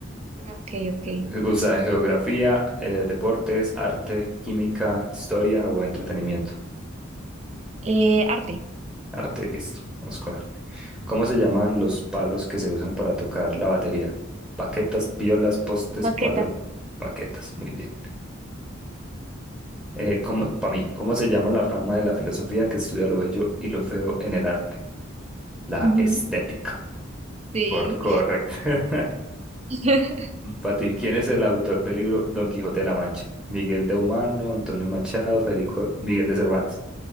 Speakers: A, on the right; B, in the centre.
A: ok, ok.
B: ¿Te gusta geografía, eh, deportes, arte, química, historia o entretenimiento?
A: Eh, arte.
B: Arte, listo. Vamos con arte. ¿Cómo se llaman los palos que se usan para tocar la batería? Paquetas, piolas, postes,
A: Baquetas.
B: palos, paquetas. Muy bien. Eh, ¿cómo, para mí, ¿cómo se llama la rama de la filosofía que estudia lo bello y lo feo en el arte? La
A: Ujú,
B: estética.
A: Sí.
B: Cor- correcto. <laughs>
A: <laughs>
B: Para ti, ¿quién es el autor del libro Don Quijote de la Mancha? Miguel de Humano, Antonio Machado, Federico Miguel de Cervantes.